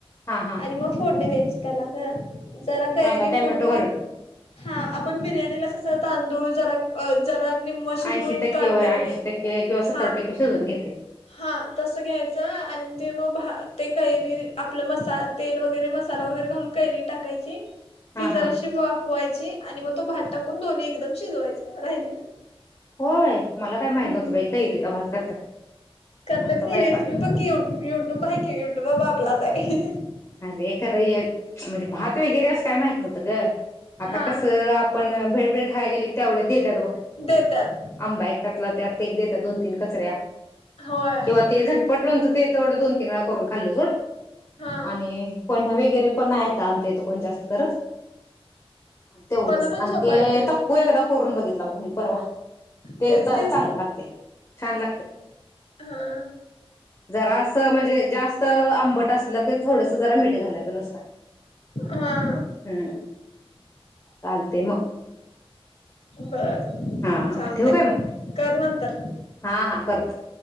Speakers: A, on the left; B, on the left.
A: हा हा
B: आणि मग फोडणी द्यायची. त्याला ग जरा कैरी
A: कांदा
B: उकडून
A: टॅमॅटो घालून
B: घे हा अप बिर्याणीला कसा तांदूळ जरा अ जर र निम्म शिजवून
A: ऐंशी टक्के
B: काढते
A: होय ऐंशी
B: का नाही,
A: टक्के किंवा सत्तर
B: हा
A: टक्के शिजवून घेते
B: हा तसं घ्यायचं आणि ते मग भा ते कैरी आपलं मसा तेल वगैरे, मसाला वगैरे घालून कैरी टाकायची
A: हा
B: ती जराशी
A: हा
B: वाफवायची आणि मग तो भात टाकून दोन्ही एकदम शिजवायचं राहिलेलं.
A: होय मला काय माहित
B: हम्म.
A: नव्हतं बाई कैरीचा भात करत्यात
B: करतात
A: आत्ताच
B: ती
A: ऐकालोय
B: रेसिपी बघ की यु युट्युब आहे कि युट्यूबा बाप. तुलाच हाय.
A: अरे खरं हे म्हणजे भात त वगैरे असं काय माहित नव्हतं गं. आता
B: हा
A: कसं आपण भेळबीळ खायला गेलकी तेवढ देत्यात बघ.
B: देतात
A: आंबा एक त्यातला त्यात एक देतात दोन तीन कचऱ्या
B: होय
A: किंवा ते झटपट लोणचं ते तेवढ दोन तीन वेळा करून खाल्ल सोड
B: हा
A: आणि पन्हं वगैरे पण आहेत. आमच्या हीत कोण जास्त करत. तेवढंच
B: पण पण
A: आणि
B: सोपं
A: ते
B: आहे ग
A: तक्कू एकदा करून बघितलं. <unintelligible> मी परवा ते
B: केलतीस
A: <unintelligible> चांगल लागतय छान लागतय
B: हा
A: जरास म्हणजे जास्त आ पट असलंकीच थोडस जरा मीठ घालायचं नुसता
B: हा हा
A: ह चालतय म
B: बर
A: हा
B: चालतय
A: ठेवू काय मग?
B: कर नंतर
A: हा हा करतो.